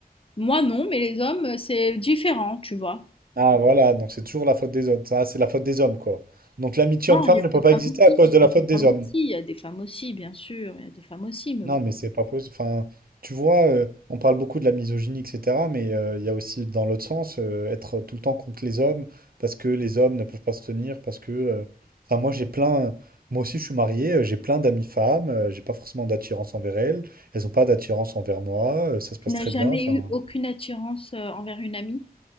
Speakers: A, on the left; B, on the right.
A: moi non, mais les hommes, euh, c'est différent, tu vois.
B: Ah, voilà, donc c'est toujours la faute des autres. Ça, c'est la faute des hommes, quoi. Donc l'amitié
A: Non,
B: homme-femme
A: il y a
B: ne peut
A: des
B: pas
A: femmes
B: exister
A: aussi,
B: à cause
A: il y a
B: de la
A: des
B: faute des
A: femmes
B: hommes.
A: aussi, il y a des femmes aussi, bien sûr, il y a des femmes aussi, mais
B: Non,
A: bon.
B: mais c'est pas possible. Enfin, tu vois, euh, on parle beaucoup de la misogynie, etc. Mais euh, il y a aussi, dans l'autre sens, euh, être tout le temps contre les hommes parce que les hommes ne peuvent pas se tenir, parce que. euh, Enfin, moi, j'ai plein. Moi aussi, je suis marié, euh, j'ai plein d'amis femmes, euh, j'ai pas forcément d'attirance envers elles, elles ont pas d'attirance envers moi, euh, ça se passe
A: Tu n'as
B: très
A: jamais
B: bien. Enfin,
A: eu aucune attirance euh, envers une amie?